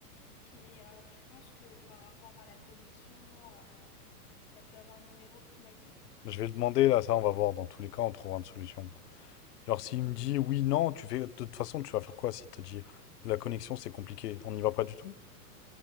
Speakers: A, on the left (about 30°); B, on the left (about 75°).
A: Mais euh, tu penses que par rapport à la connexion, euh, t'as pu avoir le numéro que tu m'as dit?
B: Je vais le demander, là, ça, on va voir. Dans tous les cas, on trouvera une solution. Alors, s'il
A: Hmm,
B: me dit oui, non, tu fais... De toute façon, tu vas faire quoi s'il te dit la connexion, c'est compliqué. On n'y va pas du tout?